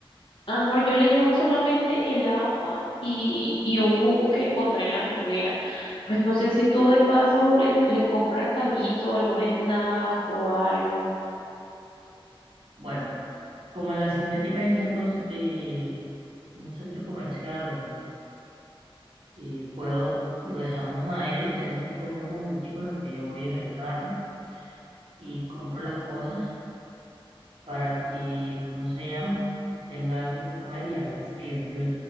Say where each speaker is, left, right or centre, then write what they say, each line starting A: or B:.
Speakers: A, on the left; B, on the right.
A: Amor, yo le llevo solamente el agua y, y un jugo que encontré en la nevera. Pues no sé si tú de paso le, le compras alguito, algún snack o algo.
B: Bueno, como en la sintética hay cerca un c- eh, un centro comercial o y puedo, lo dejamos a él, te dejo a ti con él un momentico en lo que yo voy en el carro y compro las cosas para que, ¿cómo se llama? Tenga algo que comer y algo frío. Yo,